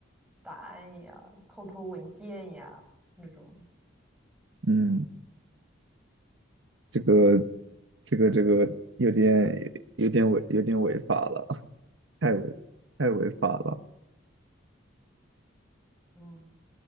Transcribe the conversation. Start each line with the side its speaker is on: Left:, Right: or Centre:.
Centre: 答案呀，偷偷文件呀那种。
Right: 嗯，这个这个这个有点有点违有点违法了，太违太违法了。
Centre: 嗯，